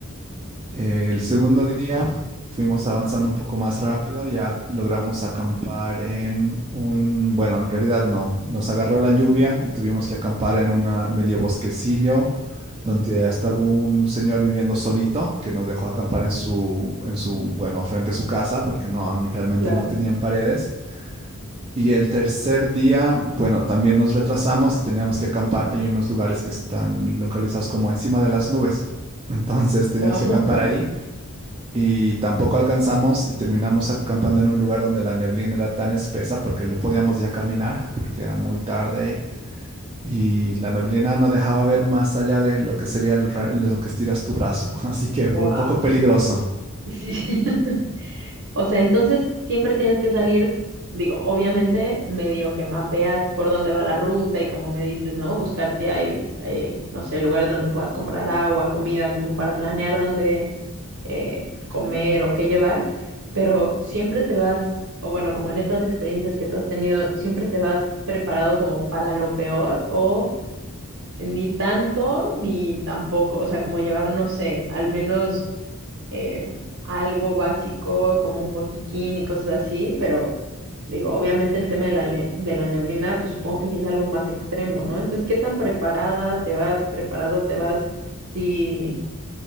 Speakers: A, on the right; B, on the right.
A: Eh, el segundo día fuimos avanzando un poco más rápido, ya logramos acampar en un, bueno, en realidad no, nos agarró la lluvia y tuvimos que acampar en un medio bosquecillo donde estaba un señor viviendo solito que nos dejó acampar en su, en su, bueno, frente a su casa porque no, no- realmente
B: Claro.
A: no tenían paredes. Y el tercer día, bueno, también nos retrasamos y teníamos que acampar. Hay unos lugares que están localizados como encima de las nubes. Entonces teníamos
B: Wow.
A: que acampar ahí y tampoco alcanzamos y terminamos acampando en un lugar donde la neblina era tan espesa porque no podíamos ya caminar porque era muy tarde y la neblina no dejaba ver más allá de lo que sería el ra- lo que estiras tu brazo. <laughs> Así que
B: Wow.
A: fue un poco peligroso.
B: <laughs> Sí. <laughs> O sea, entonces siempre tienes que salir, digo, obviamente medio que mapeas por dónde va la ruta y como me dices, ¿no? Buscar si hay, eh, no sé, lugares donde puedas comprar agua, comida, como para planear dónde eh, comer o qué llevar, pero siempre te vas, o bueno, como en estas experiencias que tú has tenido, siempre te vas preparado como para lo peor o ni tanto ni tampoco, o sea, como llevar, no sé, al menos eh, algo básico como un botiquín y cosas así, pero digo, obviamente el tema de la, ne- de la neblina, pues supongo que ya es algo más extremo, ¿no? Entonces, ¿qué tan preparada te vas, preparado te vas si-